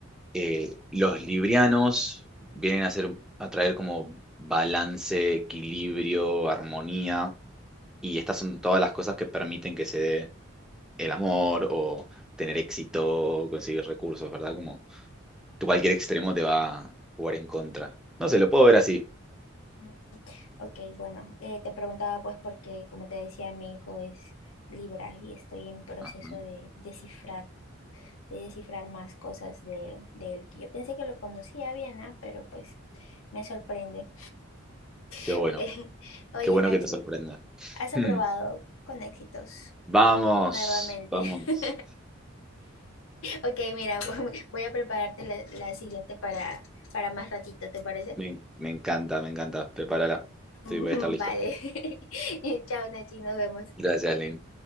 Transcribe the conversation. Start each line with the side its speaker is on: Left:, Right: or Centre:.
Centre: eh, los librianos vienen a hacer, a traer como balance, equilibrio, armonía, y estas son todas las cosas que permiten que se dé el amor o tener éxito, o conseguir recursos, ¿verdad? Como tú cualquier extremo te va a jugar en contra. No sé, lo puedo ver así.
Left: mm, ok, bueno, eh, te preguntaba pues porque, como te decía, mi hijo es Libra y estoy en proceso
Centre: Ajá.
Left: de descifrar de descifrar más cosas de, de él, que yo pensé que lo conocía bien, ah, Pero pues me sorprende.
Centre: Qué
Left: <laughs>
Centre: bueno,
Left: Oye,
Centre: qué bueno
Left: Nachi,
Centre: que te sorprenda.
Left: has aprobado
Centre: <laughs>
Left: con éxitos
Centre: Vamos,
Left: nuevamente.
Centre: vamos.
Left: <laughs> Ok, mira, <laughs> voy a prepararte la, la siguiente para, para más ratito, ¿te parece?
Centre: Me, me encanta, me encanta. Prepárala.
Left: <laughs>
Centre: Sí, voy a estar listo.
Left: Vale. <laughs> Chao, Nachi, nos vemos.
Centre: Gracias, Lynn.